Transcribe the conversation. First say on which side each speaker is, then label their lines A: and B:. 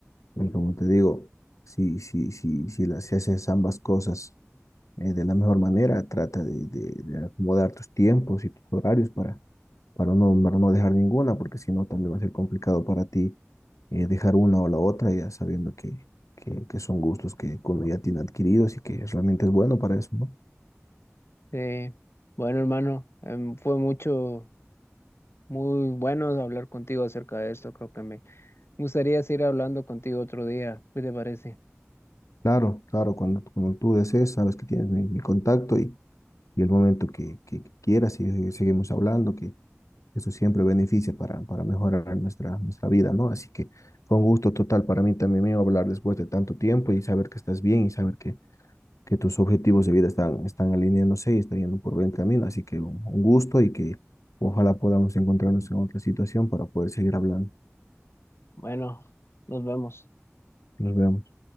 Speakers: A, on the left; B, on the left.
A: Y, y como te digo, si, si, si, si, las, si haces ambas cosas eh, de la mejor manera, trata de, de, de acomodar tus tiempos y tus horarios para para no, para no dejar ninguna, porque si no también va a ser complicado para ti eh, dejar una o la otra, ya sabiendo que, que, que son gustos que uno ya tiene adquiridos y que realmente es bueno para eso, ¿no?
B: Eh, bueno, hermano, em, fue mucho, muy bueno hablar contigo acerca de esto. Creo que me gustaría seguir hablando contigo otro día. ¿Qué te parece?
A: Claro, claro, cuando, cuando tú desees, sabes que tienes mi, mi contacto y, y el momento que, que, que quieras y seguimos hablando, que eso siempre beneficia para, para mejorar nuestra, nuestra vida, ¿no? Así que fue un gusto total para mí también mío hablar después de tanto tiempo y saber que estás bien y saber que que tus objetivos de vida están, están alineándose y están yendo por buen camino. Así que un un gusto y que ojalá podamos encontrarnos en otra situación para poder seguir hablando.
B: Bueno, nos vemos.
A: Nos vemos.